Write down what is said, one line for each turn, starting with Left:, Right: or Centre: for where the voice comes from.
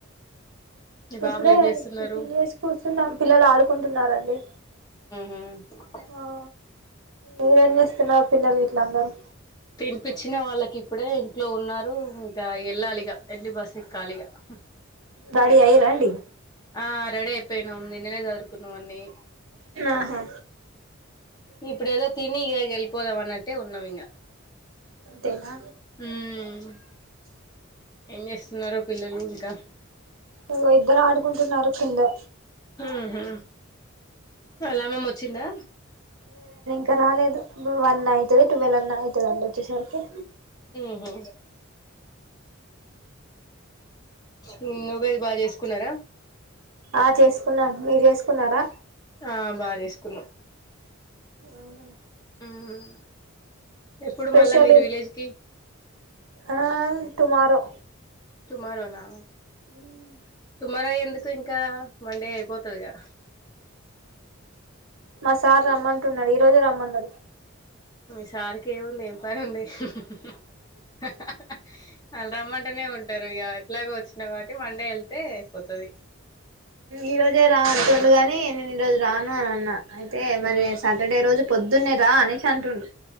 Left: మీ
Right: ఇప్పుడే
Left: బాబులు ఏం చేస్తున్నారు
Right: టిఫిన్ చేసి కూర్చున్నాం పిల్లలు ఆడుకుంటున్నారండి
Left: మ్మ్
Right: ఆ మీరేం జేస్తున్నారు పిల్లలు గిట్లందరూ
Left: తినిపిచ్చిన వాళ్ళకి ఇప్పుడే ఇంట్లో ఉన్నారు ఇంకా ఏళ్లలి ఇకా ఏళ్లి బస్ ఎక్కాలి ఇకా హా
Right: రెడీ అయ్యిర్రండి
Left: ఆ రెడీ అయిపోయినం నిన్ననే సర్దుకున్నామని
Right: ఆహా
Left: ఇప్పుడు ఏదో తిని ఇగా గెలిపోదంన్నట్టే ఉన్నమింగ
Right: అంతేనా
Left: మ్మ్ ఏం జేస్తున్నారు పిల్లలు క్కా
Right: ఇగో ఇద్దరాడుకుంటున్నారు కిందా
Left: ఉహు వాళ్ళమ్మమ్మ వొచ్చిందా
Right: ఇంక రాలేదు వన్ అయితది టువెల్ అన్న అయితదండి వొచ్చేసరికి
Left: ఉ హు నిన్ ఉగాది బా జెస్కున్నరా
Right: ఆ చేస్కున్నాం మీరు జేసుకున్నారా
Left: ఆ బా జేసుకున్నాం
Right: ఆహా
Left: ఉమ్ ఎప్పుడు
Right: స్పెషల్
Left: మళ్ళా మీరు విలేజ్ కి
Right: ఆ టుమారో
Left: టుమారోనా
Right: మ్
Left: టుమారో ఎందుకింకా మండే అయిపోతదిగా
Right: మా సార్ రమ్మంటున్నాడు ఈ రోజే రమ్మన్నడు
Left: మీ సార్ కి ఏం ఉంది ఏం పని ఉంది అహ్ అహ్ అహ్ అల్ రమ్మంటనే ఉంటర్ ఇగా ఇట్లాగొచ్చినవ్ కాబట్టి మండే ఎళ్తే అయిపోతది
Right: ఈ రోజే రాంటుండుగాని నేను ఈ రోజు రాను అన్ న్నా అయితే మరి
Left: ఉమ్
Right: సాటర్డే రోజు పొద్దున్నే రా అనేసి అంటుండు